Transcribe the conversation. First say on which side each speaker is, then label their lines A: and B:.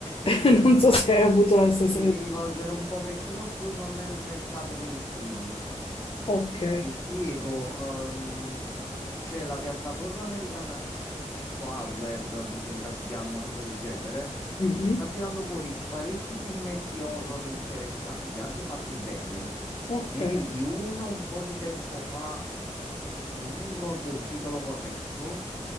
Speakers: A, on the left; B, on the left.
A: <laughs> Non so se hai avuto la stessa
B: Ti devi
A: sensazione.
B: rivolgere un pochettino più non nel mercato mainstream.
A: Ok.
B: Ti spiego, ehm, c'è la piattaforma americana Sh- Shudder, mi sembra si chiami, una cosa del genere.
A: Mhm.
B: Sta tirando fuori parecchi filmetti horror interessanti, anche fatti bene.
A: Ok.
B: Ne vidi uno un po' di tempo fa, non mi ricordo il titolo corretto,